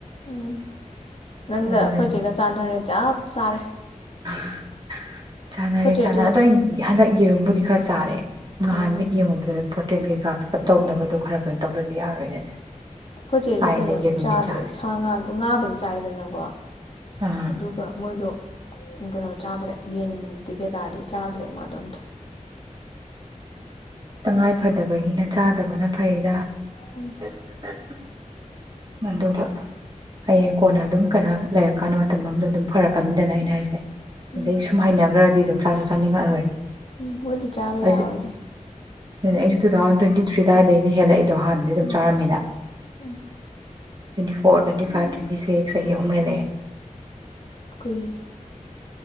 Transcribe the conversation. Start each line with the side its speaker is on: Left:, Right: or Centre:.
Left: ꯎꯝ ꯅꯪꯒ
Right: ꯑꯗꯨꯅꯅꯦ
Left: ꯑꯩꯈꯣꯏꯆꯦꯒ ꯆꯥꯟꯅꯔꯦ ꯆꯞ ꯆꯥꯔꯦ
Right: <unintelligible> ꯆꯥꯅꯔꯦ
Left: ꯑꯩꯈꯣꯏ ꯆꯦꯗꯣ
Right: ꯆꯥꯟꯅ ꯑꯗꯣ ꯑꯩ ꯍꯟꯗꯛ ꯌꯦꯔꯨꯝꯕꯨꯗꯤ ꯈꯔ ꯆꯥꯔꯦ ꯉꯍꯥꯟ
Left: ꯎꯝ
Right: ꯃꯤꯠ ꯌꯦꯡꯉꯨꯕꯗ ꯄ꯭ꯔꯣꯇꯤꯟ ꯀꯩꯀꯥ ꯄꯤꯛ ꯎꯞ ꯇꯧꯅꯕꯗꯣ ꯈꯔ ꯀꯩꯅꯣ ꯇꯧꯗꯗꯤ ꯌꯥꯔꯣꯏꯅꯅꯦ
Left: ꯑꯩꯈꯣꯏꯆꯦꯁꯨ
Right: ꯍꯥꯏꯗ
Left: ꯀꯩꯅꯣ
Right: ꯌꯦꯔꯨꯝꯗꯤ
Left: ꯆꯥꯗ꯭ꯔꯦ
Right: ꯆꯥꯔꯦ
Left: ꯁꯥ ꯉꯥ ꯉꯥꯕꯨꯗꯤ ꯆꯥꯏꯗꯅꯀꯣ
Right: ꯑꯥ
Left: ꯑꯗꯨꯒ ꯃꯣꯏꯗꯣ ꯀꯩꯅꯣ ꯆꯥꯗ꯭ꯔꯦ ꯌꯦꯟꯗꯤ ꯀꯩꯀꯥꯗꯤ ꯆꯥꯗ꯭ꯔꯦ ꯃꯥꯗꯣ ꯑꯝꯇ
Right: ꯇꯉꯥꯏ ꯐꯗꯕꯒꯤꯅ ꯆꯥꯗꯕꯅ ꯐꯩꯗ
Left: ꯎꯝ
Right: <unintelligible> ꯑꯗꯨꯒ ꯍꯌꯦꯡ ꯀꯣꯟꯅ ꯑꯗꯨꯝ ꯀꯩꯅ ꯂꯩꯔꯀꯥꯟꯗ ꯃꯇꯝ ꯑꯃꯗ ꯑꯗꯨꯝ ꯐꯔꯛꯀꯅꯤꯗꯅ ꯑꯩꯅ ꯍꯥꯏꯁꯦ
Left: ꯎꯝ
Right: ꯑꯗꯩ ꯁꯨꯝ ꯍꯩꯅꯈ꯭ꯔꯗꯤ ꯑꯗꯨꯝ ꯆꯥꯁꯨ ꯆꯥꯅꯤꯡꯉꯛꯑꯔꯣꯏ
Left: ꯎꯝ ꯈꯣꯏꯗꯤ ꯆꯥꯎ
Right: ꯑꯩꯁꯨ
Left: ꯌꯥꯔꯥꯔꯣꯢꯗ
Right: ꯑꯩꯁꯨ ꯇꯨ ꯊꯥꯎꯖꯟ ꯇ꯭ꯋꯦꯟꯇꯤ ꯊ꯭ꯔꯤ ꯗꯥꯢꯗꯩꯅꯦ ꯍꯦꯂꯛꯏ ꯑꯗꯣ ꯍꯥꯟꯅꯗꯤ ꯑꯗꯨꯝ
Left: ꯎꯝ
Right: ꯆꯥꯔꯝꯃꯤꯅ twenty
Left: ꯎꯝ
Right: four twenty five twenty six ꯆꯍꯤ ꯑꯍꯨꯝ ꯍꯦꯂꯛꯑꯦ
Left: ꯎ ꯀꯩꯒꯤ